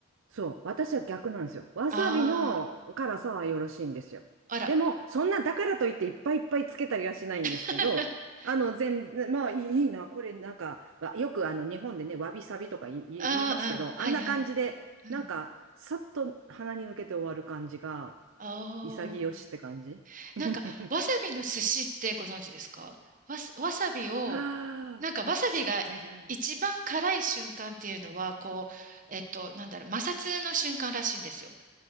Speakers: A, on the right (about 70°); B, on the right (about 40°).
A: そう。私は逆なんですよ。わさびの辛さはよろしいんですよ。
B: ああー、あら。
A: でも、そんな、だからといっていっぱいいっぱいつけたりはしないんですけど、
B: <laughs>
A: あの、全、まあ、いいいいな、これなんか、わよくあの、日本でね、わびさびとか言い、言い言いますけど、
B: ああ、うん。はいはい。
A: あんな感じで、
B: うん。
A: なんか、さっと鼻に抜けて終わる感じが、
B: ああ。
A: 潔しって感じ。<laughs>
B: なんか、わさびの寿司ってご存知ですかわす、わさびを、
A: はあ、
B: なんかわさびが一番辛い瞬間っていうのは、
A: 知ってる。
B: こう、えっと、なんだろう、摩擦の瞬間らしいんですよ。